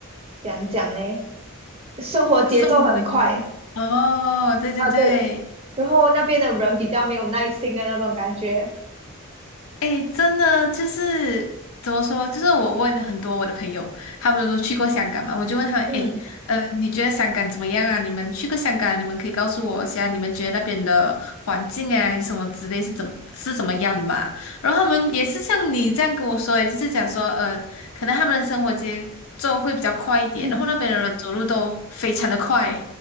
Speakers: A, on the right; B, on the left.
A: 怎样讲嘞，生活节奏很快
B: 氛围吗？哦，对对对。
A: 啊，对，然后那边的人比较没有耐心的那种感觉，
B: 哎，真的就是怎么说？就是我问很多我的朋友，他们都去过香港嘛，我就问他们，
A: 嗯。
B: 哎，呃，你觉得香港怎么样啊？你们去过香港啊，你们可以告诉我一下，你们觉得那边的环境啊，还是什么之类是怎么是怎么样的嘛？然后他们也是像你这样跟我说，诶就是讲说，呃，可能他们的生活节奏会比较快一点，
A: <clears throat>
B: 然后那边的人走路都非常的快，